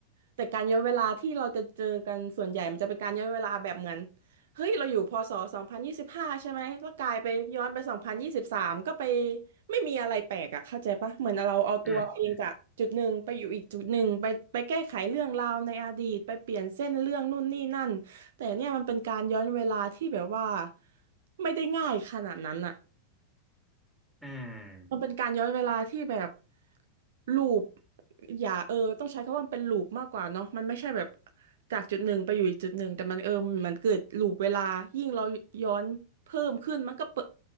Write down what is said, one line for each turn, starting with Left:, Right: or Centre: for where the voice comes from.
Right: แต่การย้อนเวลาที่เราจะเจอกันส่วนใหญ่มันจะเป็นการย้อนเวลาแบบเหมือน เฮ้ยเราอยู่พศสองพันยี่สิบห้าใช่ไหมแล้วกลายไปย้อนไปสองพันยี่สิบสามก็ไปไม่มีอะไรแปลกอะเข้าใจปะเหมือนเราเอาตัวเองจากจุดหนึ่งไปอยู่อีกจุดหนึ่งไปไปแก้ไขเรื่องราวในอดีตไปเปลี่ยนเส้นเรื่องนู่นนี่นั่นแต่เนี่ยมันเป็นการย้อนเวลาที่แบบว่า
Centre: อืม
Right: ไม่ได้ง่ายขนาดนั้นอะ
Centre: อืม
Right: มันเป็นการย้อนเวลาที่แบบลูปอย่าเออต้องใช้คำว่ามันเป็นลูปมากกว่าเนาะมันไม่ใช่แบบจากจุดหนึ่งไปอยู่อีกจุดหนึ่งแต่มันเออมันเกิดลูปเวลายิ่งเราย้อนเพิ่มขึ้นมันก็เปิ